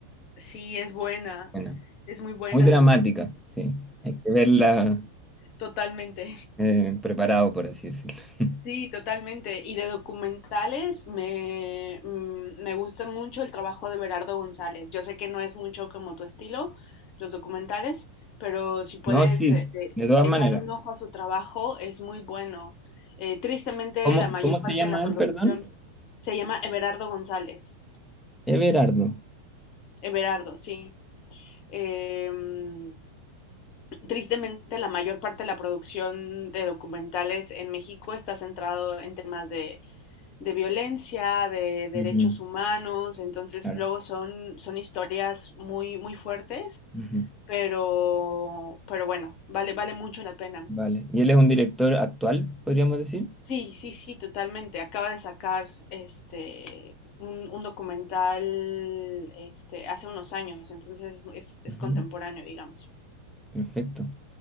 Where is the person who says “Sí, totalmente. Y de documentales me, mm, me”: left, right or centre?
Left